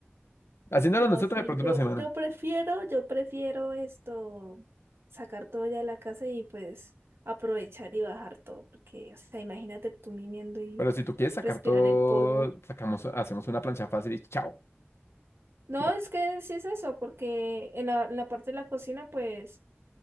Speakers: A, on the left; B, on the right.
A: Haciéndolo
B: No,
A: nosotros
B: sí,
A: de pronto
B: yo,
A: una semana.
B: yo prefiero, yo prefiero esto, sacar todo ya de la casa y pues aprovechar y bajar todo, porque, o sea, imagínate tú mimiendo y
A: Pero si tú quieres sacar
B: respirar
A: todo,
B: el polvo.
A: sacamos, hacemos una plancha fácil y chao.
B: No,
A: pla-
B: es que sí es eso, porque en la, en la parte de la cocina, pues,